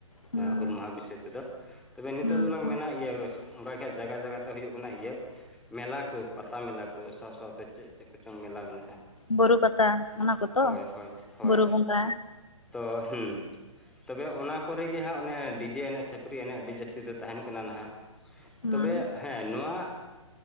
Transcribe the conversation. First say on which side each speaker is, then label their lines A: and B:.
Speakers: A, on the left; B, in the centre.
A: ᱦᱩᱸ
B: ᱦᱩᱞ ᱢᱟᱦᱟ ᱵᱤᱥᱚᱭ ᱛᱮᱫᱚ ᱛᱚᱵᱮ ᱱᱤᱛᱚᱜ
A: ᱦᱩᱸ
B: ᱫᱚ ᱞᱟᱝ
A: ᱦᱩᱸ
B: ᱢᱮᱱᱟ, ᱤᱭᱟᱹ ᱵᱮᱥ ᱚᱱᱠᱟ ᱠᱷᱟᱡ ᱡᱟᱭᱜᱟ ᱡᱟᱭᱜᱟ ᱛᱮ ᱦᱩᱭᱩᱜ ᱠᱟᱱᱟ ᱤᱭᱟᱹ ᱢᱮᱞᱟ ᱠᱚ ᱯᱟᱛᱟ ᱢᱮᱞᱟ ᱠᱚ ᱥᱟᱶ ᱥᱟᱶ ᱛᱮ ᱪᱮᱫ ᱪᱮᱫ ᱠᱚᱪᱚᱝ ᱢᱮᱞᱟ ᱢᱮᱱᱟᱜᱼᱟ᱾
A: ᱵᱳᱨᱳ ᱯᱟᱛᱟ ᱚᱱᱟ ᱠᱚᱛᱚ
B: ᱦᱳᱭ ᱦᱳᱭ ᱦᱳᱭ
A: ᱵᱩᱨᱩ ᱵᱚᱸᱜᱟ
B: ᱛᱚ ᱦᱩᱸ ᱛᱚᱵᱮ ᱚᱱᱟ ᱠᱚᱨᱮ ᱜᱮ ᱦᱟᱸᱜ ᱚᱱᱮ ᱰᱤᱡᱮ ᱮᱱᱮᱡ ᱪᱷᱟᱹᱯᱨᱤ ᱮᱱᱮᱡ ᱟᱹᱰᱤ ᱡᱟᱹᱥᱛᱤ ᱫᱚ ᱛᱟᱦᱮᱸᱱ ᱠᱟᱱᱟ ᱱᱟᱦᱟᱜ
A: ᱦᱩᱸ
B: ᱛᱚᱵᱮ ᱦᱮᱸ ᱱᱚᱣᱟ